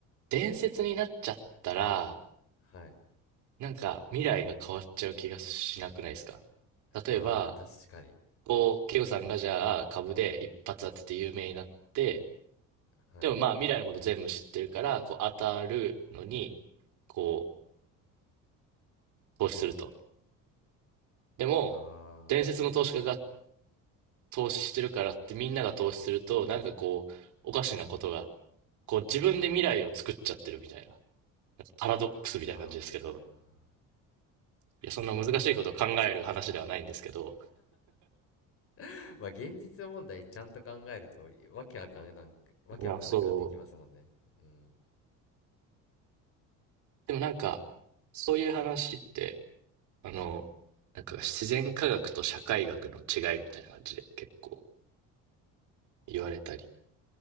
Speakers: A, on the right; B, on the left.
A: 伝説になっちゃったら、
B: はい。
A: なんか未来が変わっちゃう気がしなくないですか例えば、
B: ああ、確かに。
A: こう、ケイゴさんがじゃあ株で一発当てて有名になって、
B: はい。
A: でもまあ未来のこと全部知ってるから、こう当たるのに、こう、投資すると。でも、
B: あ
A: 伝説の投資家が
B: あ。
A: 投資してるからってみんなが投資すると、なんかこう、おかしなことが、こう自分で未来を作っちゃってるみたいな、なんかパラドックスみたいな感じですけど、
B: ああ、
A: いや、そんな難しいことを考える話ではないんですけど、
B: そうですよね。<laughs> まあ現実問題ちゃんと考えるとわけわかんなく、わけわかんなくなってきますもんね。
A: まあそう
B: うん。
A: でもなんか、そういう話って、あの、なんか自然科学と社会学の違いみたいな感じで結構言われたり